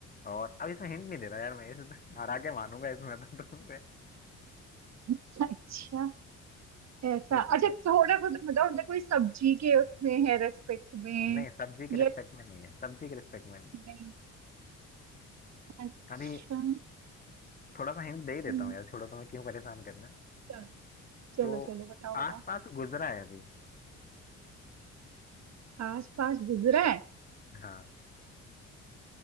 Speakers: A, on the left; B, on the right.
A: और अब इसमें हिंट नहीं दे रहा यार मैं इसमें हरा के मानूंगा इसमें तो तुमसे
B: <laughs> अच्छा ऐसा
A: सोचो
B: अच्छा
A: सोचो
B: थोड़ा सा तो बताओ मतलब कोई सब्जी के उसमें है रेस्पेक्ट में
A: नहीं सब्जी के रिस्पेक्ट
B: ये
A: में नहीं है सब्जी के रिस्पेक्ट में नहीं
B: नहीं
A: है
B: अच्छा
A: अभी थोड़ा सा हिंट दे ही देता
B: हम्म,
A: हूँ यार छोड़ो तुम्हें क्यों परेशान करना
B: चलो चलो
A: तो
B: चलो बताओ
A: आसपास
B: बताओ
A: गुजरा है अभी
B: आस पास गुजरा है
A: हाँ